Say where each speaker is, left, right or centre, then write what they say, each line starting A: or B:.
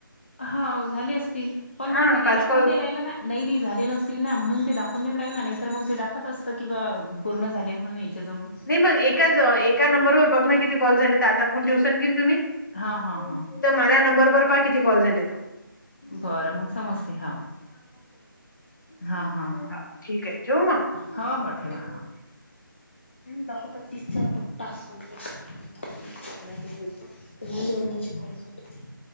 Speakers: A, on the left (about 35°); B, on the left (about 60°).
A: हा झाली असतील पण
B: हां,
A: मग ती काही दाखवून
B: कॉल
A: नाही राहिला ना. नाही नाही झाले नसतील ना म्हणून ते दाखवून नाहीेत राहील ना नाहीतर मग ते दाखत असतं किंवा पूर्ण झाले म्हणून याच्याजवळून.
B: नाही मग एकाच एका नंबरवर बघ ना किती कॉल झाले. तर आता फोन ठेवसा कीन तुम्ही.
A: हा हा हा
B: तर मला या नंबरवर पहा किती कॉल झाले त
A: बरं मग समजते हा. हा हा.
B: हा ठीक आहे. ठेव मग.
A: ह हो ठेवा ह. दख तर तीस चार टास्क कमप्लट कर बोलत <inaudible> कोल अंदाजी खलावतुमही